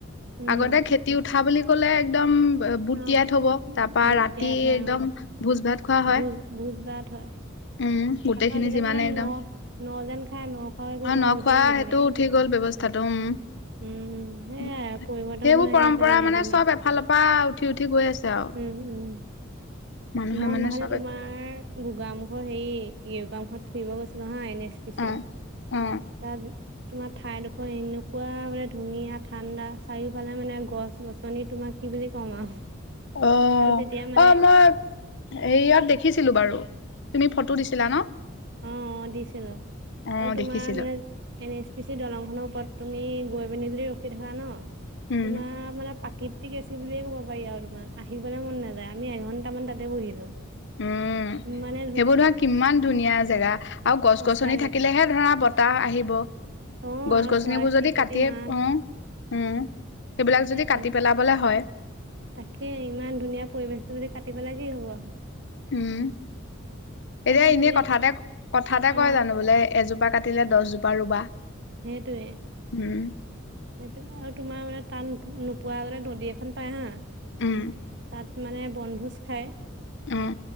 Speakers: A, on the right; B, on the left.
A: উম
B: আগতে খেতি উঠা বুলি ক'লে একদম বুট
A: অ
B: তিয়াই থ'ব তাৰ পৰা
A: বুট
B: ৰাতি
A: তিয়াই থয়
B: একদম
A: অ
B: ভোজ-ভাত খোৱা হয়
A: ভোজ ভোজ ভাত হয়
B: উম গোটেইখিনি
A: আকৌ আজিকালি
B: যিমানেই
A: ইমান
B: একদম
A: ন ন যেন খাই ন খোৱা একো
B: অ
A: গম
B: নখোৱা
A: গতিয়ে নাথাকে
B: সেইটো উঠি গ'ল ব্যৱস্থাটো উম
A: উম উম সেয়াই
B: সেইবোৰ
A: পৰিৱৰ্তন হৈ
B: পৰম্পৰা
A: আহি আছে দিনে
B: মানে
A: দিনে
B: সব এফালৰ পৰা উঠি উঠি গৈ আছে আৰু
A: উম উম
B: মানুহে
A: মই
B: মানে
A: নাখালে
B: চবে
A: তোমাৰ গাম ঘৰ হেৰি ইউ গাম কাৰ্ড ফুৰিব গৈছে নহয় নেক্সট পিছে
B: অ অ
A: তাৰ তোমাৰ ঠাইডোখৰ এনেকুৱা মানে ধুনীয়া ঠাণ্ডা চাৰিওফালে মানে গছ গছ-গছনি তোমাক কি বুলি কম আৰু
B: অ
A: আৰু তেতিয়া মানে
B: অ অ মই ইয়াক দেখিছিলো বাৰু তুমি ফটো দিছিলা ন
A: অ অ দিছিলো
B: অ
A: আৰু তোমাৰ
B: দেখিছিলো
A: মানে এন এছ পি চি দলংখনৰ ওপৰত তুমি গৈ পিনি যদি ৰকি থকা ন
B: উম
A: তোমাৰ মানে পাকিত টিক আছে বুলিয়েই ক'ব পাৰি আৰু তোমাৰ আহিবলৈ মন নাযায় আমি এঘণ্টামান তাতে বহিলোঁ
B: উম
A: উ মানে
B: সেইবোৰ ধৰা কিমান ধুনীয়া জেগা আৰু গছ-গছনি
A: সঁচাকে
B: থাকিলেহে ধৰা বতাহ আহিব
A: অ
B: গছ-গছনিবোৰ
A: আৰু চৰাই চিৰিকটি
B: যদি কাটিয়ে
A: মাত
B: অ উম সেইবিলাক
A: সেইটোৱে
B: যদি কাটি পেলাবলে হ
A: তাকে ইমান ধুনীয়া পৰিৱেশটো যদি কাটিব লাগে কি হ'ব
B: উম এতিয়া
A: আকৌ
B: এনেই
A: তুমি
B: কথা এটা কথা এটাই
A: অ
B: কয় জানো বোলে এজোপ জোপা কাটিলে দহজোপা ৰুবা
A: সেইটোৱে সেইটোয়ে
B: উম,
A: আৰু তোমাৰ মানে টান নোপোৱাগতে নদী এখন পাই হা
B: উম
A: তাত মানে বনভোজ খায়
B: উম,